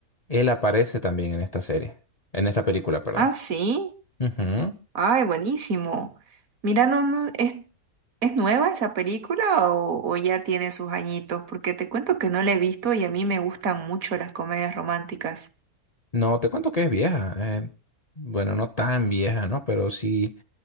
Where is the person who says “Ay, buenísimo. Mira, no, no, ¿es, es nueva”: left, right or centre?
Right